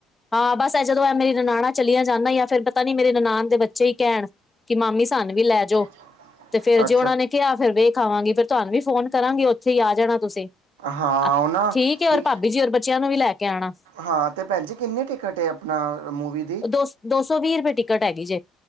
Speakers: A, on the left; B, on the right.
A: ਹਾਂ, ਬਸ ਐਹ ਜਦੋਂ ਐਹ ਮੇਰੀ ਨਨਾਨਾਂ ਚਲੀਆਂ ਜਾਂਣ ਯਾ ਫੇਰ ਪਤਾ ਨੀ ਮੇਰੇ ਨਨਾਨ ਦੇ ਬੱਚੇ ਈ ਕੈਣ ਕਿ ਮਾਮੀ ਸਾਨੂੰ ਵੀ ਲੈ ਜੋ।
B: ਜਾਓ
A: ਤੇ ਫੇਰ ਜੇ ਓਨਾਂ ਨੇ ਕਿਆ ਫੇਰ ਵੇਖ ਆਵਾਂਗੀ। ਫੇਰ ਤੁਵਾਨ ਵੀ ਫੋਨ ਕਰਾਂਗੀ ਓਥੇ ਈ ਆ ਜਾਣਾ ਤੁਸੀਂ। ਅ,
B: ਹਾਂ ਉਹ ਨਾ
A: ਠੀਕ ਏ ਔਰ
B: ਕਿ
A: ਭਾਬੀ ਜੀ ਔਰ ਬੱਚਿਆਂ ਨੂੰ ਵੀ ਲੈ ਕੇ ਆਣਾ।
B: ਹਾਂ, ਤੇ ਭੈਣ ਜੀ ਕਿੰਨੀ ਟਿਕਟ ਏ, ਅਪਣਾ ਮੂਵੀ ਦੀ,
A: ਦੋ ਦੋ ਸੌ ਵੀਹ ਰੁਪਏ ਟਿਕਟ ਹੈਗੀ ਜੇ